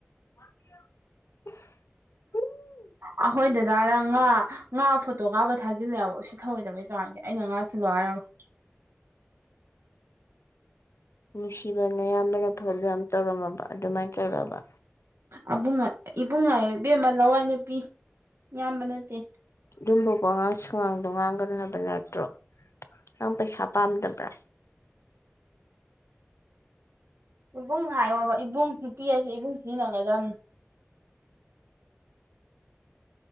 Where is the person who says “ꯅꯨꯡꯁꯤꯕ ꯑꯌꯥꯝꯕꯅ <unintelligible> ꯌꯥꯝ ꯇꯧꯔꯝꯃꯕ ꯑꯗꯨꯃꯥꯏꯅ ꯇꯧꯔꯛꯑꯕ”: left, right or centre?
Left